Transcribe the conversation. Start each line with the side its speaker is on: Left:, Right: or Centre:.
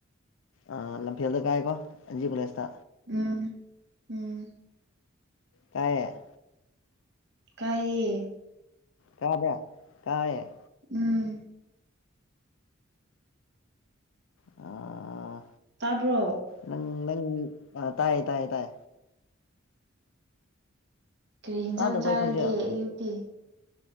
Left: ꯑꯥ ꯂꯝꯐꯦꯜꯗ ꯀꯥꯏꯀꯣ ꯑꯦꯟ ꯖꯤ ꯀꯣꯂꯦꯖꯇ
Right: ꯎꯝ ꯎꯝ
Left: ꯇꯥꯏꯌꯦ
Right: ꯀꯥꯏꯌꯦ
Left: ꯀꯥꯕ꯭ꯔ ꯀꯥꯏꯌꯦ
Right: ꯎꯝ
Left: ꯑꯣ
Right: ꯇꯥꯕ꯭ꯔꯣ
Left: ꯅꯪ ꯅꯪ ꯑ ꯇꯥꯏꯌꯦ ꯇꯥꯏ ꯇꯥꯏ
Right: ꯀꯔꯤ ꯍꯟꯖꯥꯡ
Left: ꯇꯥꯗꯕ꯭ꯔꯣ
Right: ꯆꯥꯔꯒꯦ
Left: ꯑꯩ ꯈꯣꯟꯖꯦꯜ
Right: ꯑꯌꯨꯛꯇꯤ